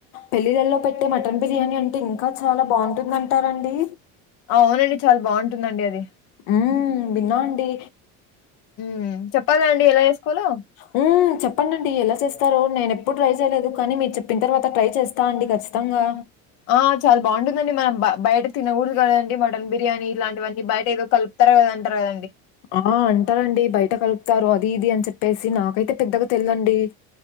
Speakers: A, on the left; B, on the left.
A: పెళ్ళిళ్ళల్లో పెట్టే మటన్ బిర్యానీ అంటే ఇం ఇంకా చాలా బాగుంటుందంటారండి
B: అ అవునండి చాలా బాగుంటుందండి అది
A: మ్మ్ విన్నానండి
B: మ్మ్ చెప్పాలండి లయ స్కూలు
A: మ్మ్ చెప్పండండి ఎలా చేస్తారు నేనెప్పుడు ట్రై చేయలేదు కానీ మీరు చెప్పిన తర్వాత ట్రై చేస్త త్తా అండి ఖచ్చితంగా
B: ఆ చాలా బాగుంటుందండి మనం బయట తినకూడదు కదండి మటన్ బిర్యానీ ఇలాంటివన్నీ బయట ఏదో కల్ప్ తరు కదంటారు కదండి
A: ఆ అంటారండి బయట కలుపుతారు అది ఇది అని చెప్పేసి నాకైతే పెద్దగా తెల్దండి